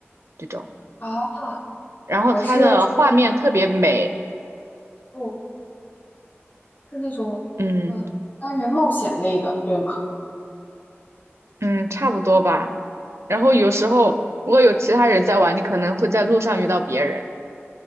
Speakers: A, on the right; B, on the left.
A: 这种。
B: 啊？
A: 然后它的画面特别美，
B: 那还是这哦，是那种呃单人冒险类的，
A: 嗯
B: 对吗？
A: 嗯，差不多吧。然后有时候如果有其他人在玩，你可能会在路上遇到别人。